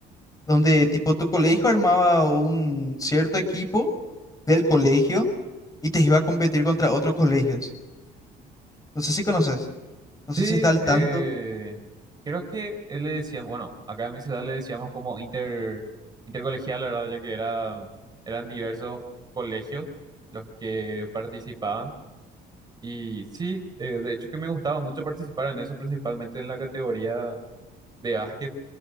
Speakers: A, on the left; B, on the right.
A: donde tipo tu colegio armaba un cierto equipo del colegio y te iba a competir contra otros colegios. No sé si conoces, no sé
B: Sí,
A: si está al Sí.
B: eh,
A: tanto.
B: creo que él le decía, bueno, acá en mi ciudad le decíamos como inter, intercolegial, la verdad, ya que era, eran diversos colegios los que participaban. Y sí, eh, de hecho que me gustaba mucho participar en eso, principalmente en la categoría de básquet.